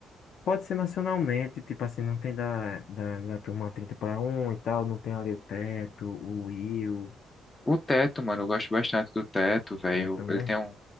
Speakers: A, on the left; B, on the left.
A: Pode ser nacionalmente, tipo assim, não tem da, da, da turma 30 para um e tal, não tem ali o Teto, o Will,
B: O Teto, mano, eu gosto bastante do Teto, velho.
A: Teto, né?
B: Ele tem um,